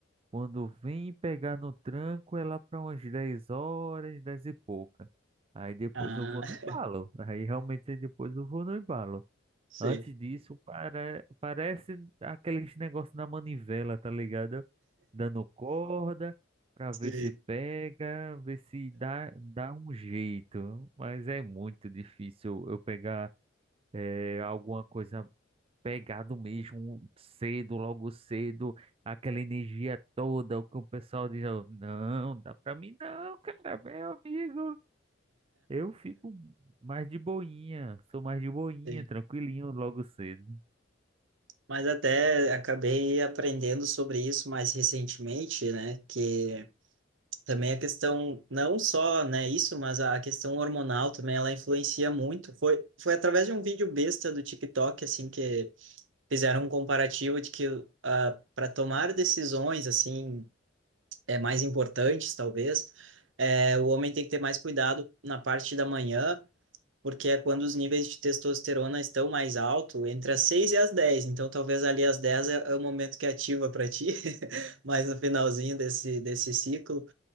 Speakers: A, on the right; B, on the right.
A: Quando vem pegar no tranco, é lá para umas 10 horas, 10 e pouca. Aí depois
B: Ah,
A: eu vou
B: <laughs>
A: no embalo. Aí realmente depois eu vou no embalo.
B: sim.
A: Antes disso, pare- parece aqueles negócios na manivela, tá ligado? Dando corda pra
B: Sim,
A: ver se pega, ver se dá, dá um jeito. Mas é muito difícil eu pegar é, alguma coisa pegado mesmo, cedo, logo cedo, aquela energia toda, o que o pessoal diz, ó, não, dá pra mim não, cara, meu amigo. Eu fico mais de boinha, sou mais de boinha,
B: sim.
A: tranquilinho logo cedo.
B: Mas até acabei aprendendo sobre isso mais recentemente, né? Que Também a questão, não só, né, isso, mas a questão hormonal também, ela influencia muito. Foi, foi através de um vídeo besta do TikTok, assim, que fizeram um comparativo de que ah, para tomar decisões, assim, é, mais importantes, talvez, é, o homem tem que ter mais cuidado na parte da manhã, porque é quando os níveis de testosterona estão mais alto, entre as 6 e as dez Então, talvez ali às 10 é, é o momento que ativa para ti, <laughs> mais no finalzinho desse, desse ciclo